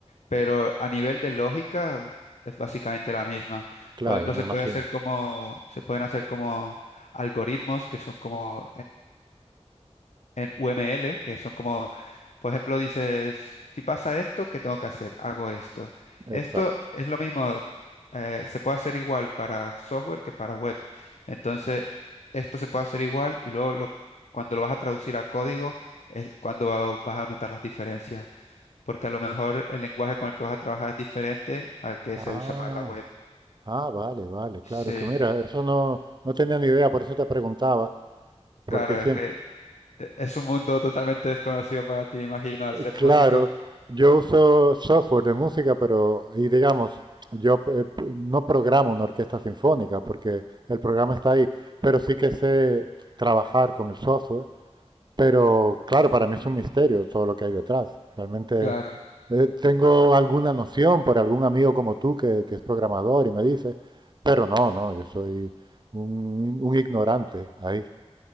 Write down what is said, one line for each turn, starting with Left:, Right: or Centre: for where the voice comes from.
Left: Pero a nivel de lógica es básicamente la misma.
Right: Claro,
Left: Por ejemplo, se
Right: me imagino.
Left: puede hacer como, se pueden hacer como algoritmos que son como en UML, que son como, por ejemplo, dices, si pasa esto, ¿qué tengo que hacer? Hago esto. Esto
Right: Exacto.
Left: es lo mismo, eh, se puede hacer igual para software que para web. Entonces, esto se puede hacer igual y luego lo- cuando lo vas a traducir a código es cuando va- vas a notar las diferencias, porque a lo mejor el lenguaje con el que vas a trabajar es diferente al que
Right: Ah,
Left: se usa para la web.
Right: ah, vale, vale,
Left: Sí,
Right: claro. Es que mira, eso no, no tenía ni idea, por eso te preguntaba, porque
Left: claro, es
Right: sí.
Left: que e- es un mundo totalmente desconocido para ti, imagino, al ser
Right: Claro,
Left: músico.
Right: yo uso software de música, pero, y digamos, yo eh, p- no programo una orquesta sinfónica porque el programa está ahí, pero sí que sé trabajar con el software. Pero claro, para mí es un misterio todo lo que hay detrás. Realmente
Left: Claro.
Right: eh, tengo alguna noción por algún amigo como tú que, que es programador y me dice, pero no, no, yo soy un, un ignorante ahí.